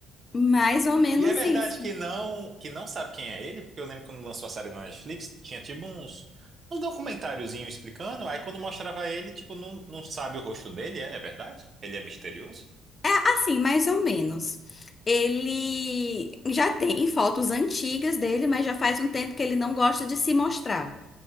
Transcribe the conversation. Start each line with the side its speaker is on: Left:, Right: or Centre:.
Left: Mais ou menos
Right: E é verdade
Left: isso.
Right: que não, que não sabe quem é ele, porque eu lembro quando lançou a série na Netflix, tinha tipo uns, uns documentáriozinho explicando, aí quando mostrava ele, tipo, não, não sabe o rosto dele, é, é verdade? Ele é misterioso?
Left: É assim, mais ou menos. Ele já tem fotos antigas dele, mas já faz um tempo que ele não gosta de se mostrar.